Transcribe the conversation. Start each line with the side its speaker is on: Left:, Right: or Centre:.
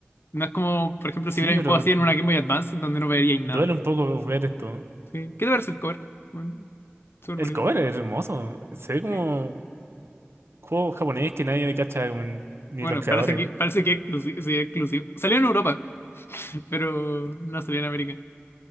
Left: No es como, por ejemplo,
Right: sí,
Left: si hubiera
Right: pero
Left: un juego así
Right: du-
Left: en una Game Boy Advance, donde no veríais
Right: duele
Left: nada.
Right: un poco ver esto.
Left: Sí. ¿Qué te parece el cover? Bueno, súper
Right: El
Left: bonito.
Right: cover es hermoso, se ve como
Left: ¿eh?
Right: juego japonés que nadie cacha, como en- ni
Left: Bueno,
Right: los creadores.
Left: parece que, parece que es exclusi- sí, es exclusivo. Salió en Europa, <laughs> pero no salió en América.